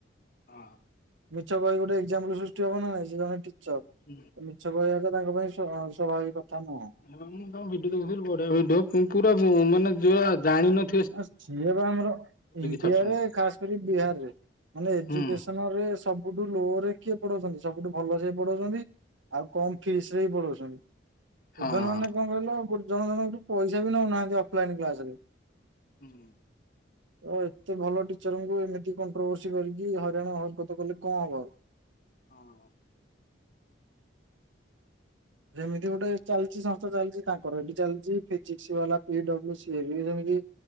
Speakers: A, on the left; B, on the right.
A: ହଁ।
B: ମିଛ କହିହି ଗୋଟେ ଏକ୍ଜାମ୍ପୁଲ ସୃଷ୍ଟି ହବ ନା ନାଇଁ ସେ ଜଣେ ଟିଚର।
A: ହୁଁ <unintelligible>
B: ଛ କହିବା ତ ତାଙ୍କ ପାଇଁ ସ୍ୱ ସ୍ୱଭାବିକ କଥା ନୁହଁ।
A: ମୁଁ କଣ ଭିଡିଓ ଦେଖୁଥିଲି ବଢିଆ ଭିଡିଓ ପୁରା ମାନେ ଯୋଉ ଜାଣିିନ
B: ଆ ସିଏ ବା ଆମର ଇଣ୍ଡିଆରେ
A: ଛାଡୁଛନ୍ତି
B: ଖାସ କରି ବିହାରରେ ମାନେ ଏଜୁକେସନରେ।
A: ହୁଁ
B: ସବୁଠୁ ଲୋ ରେ କିଏ ପଢାଉଛନ୍ତି ସବୁଠୁ ଭଲ ସେ ପଢଉଛନ୍ତି। ଆଉ କମ ଫିସ ରେ ବି ପଢଉଛନ୍ତି।
A: ହଁ
B: ନହେଲ ନାହିଁ କହିଲ ଗୋ ଜଣ ଜଣଙ୍କଠୁ ପଇସା ବି ନଉନାହାନ୍ତି ଅଫଲାଇନ କ୍ଲାସ ରେ।
A: ହୁଁ।
B: ଓ ଏତେ ଭଲ ଟିଚରଙ୍କୁ ଏମିତି କଣ୍ଟ୍ରୋଭର୍ସି କରିକି ହରିରାଣ ହରକତ କଲେ କଣ ହବ।
A: ହଁ।
B: ଯେମିତି ଗୋଟେ ଚାଲିଛି ସଂସ୍ଥା ଚାଲିଛି ତାଙ୍କର ଏଠି ଚାଲିଛି ଫିଜିକ୍ସ ବାଲା ପିଡବ୍ଲୁ ସିଏ ବି ସେମିତି